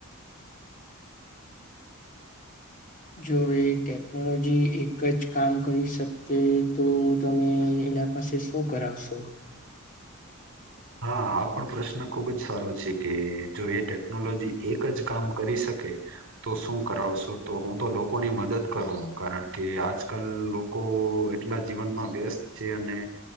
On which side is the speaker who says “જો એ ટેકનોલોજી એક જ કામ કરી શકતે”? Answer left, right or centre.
Left